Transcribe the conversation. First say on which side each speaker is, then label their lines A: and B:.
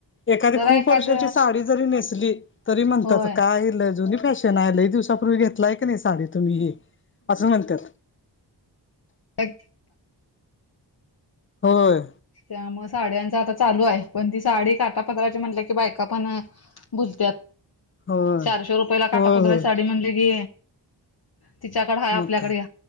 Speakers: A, on the left (about 30°); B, on the left (about 55°).
A: एखादी
B: जरा
A: खूप
B: एखाद
A: वर्षाची साडी जरी नेसली तरी म्हणतात
B: होय
A: कायल जुनी फॅशन. दिवसापूर्वी घेतलाय का नाही साडी तुम्ही हे असं म्हणत.
B: अच.
A: होय.
B: त्यामु साड्यांचा आता चालू आहे पण ती साडी काटापत्राची म्हटल्या की बायका पण भुलत्यात
A: होय
B: चारशे रुपयाला काटापद्रची
A: होय होय
B: साडी म्हणज कि तिच्याकड हा आपल्याकडे
A: मग काय